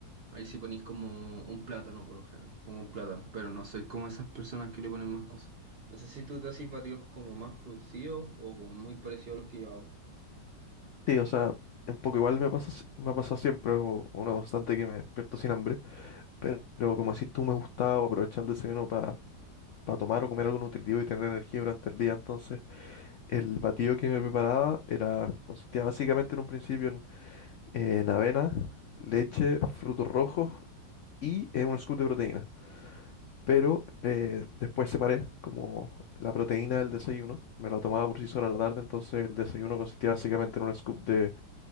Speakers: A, on the right (about 45°); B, on the left (about 85°).
A: ahí sí ponís como un plátano por lo general, como un plátano, pero no soy como esas personas que le ponen más cosas. No sé si tú te haces batidos como más producidos o como muy parecidos a los que yo hago.
B: sí, o sea, un poco igual me pasa, si- me ha pasado siempre, o una constante que me despierto sin hambre. Pero como decís tú, me gustaba aprovechar el desayuno para para tomar o comer algo nutritivo y tener energía durante el día. Entonces, el batido que me preparaba era, consistía básicamente en un principio en, en avena, leche, frutos rojos y eh, un scoop de proteína. Pero eh, después separé como la proteína del desayuno, me la tomaba por sí sola a la tarde, entonces el desayuno consistía básicamente en un scoop de